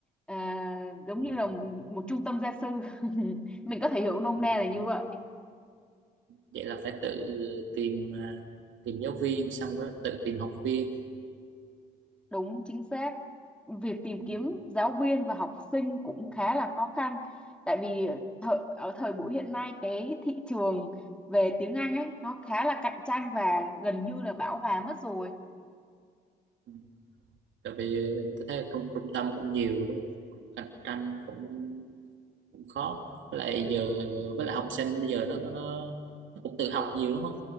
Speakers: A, in the centre; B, on the right (about 75°).
A: à, giống
B: ừ.
A: như là một trung tâm gia sư <laughs> mình có thể hiểu nôm
B: Ừ.
A: na là như vậy
B: vậy là phải tự tìm ờ, tìm giáo viên xong rồi tự tìm học viên
A: đúng chính xác việc tìm
B: ừ.
A: kiếm giáo viên và học sinh cũng khá là khó khăn tại vì thời, ở thời buổi hiện nay cái thị trường về tiếng Anh ấy nó khá là cạnh tranh và gần như là bão hòa mất rồi
B: Ừ. tại vì tôi thấy là trung trung tâm cũng nhiều đúng không cũng cạnh tranh cũng cũng khó với lại
A: đúng,
B: giờ với lại học sinh bây giờ nó nó nó cũng tự học nhiều đúng không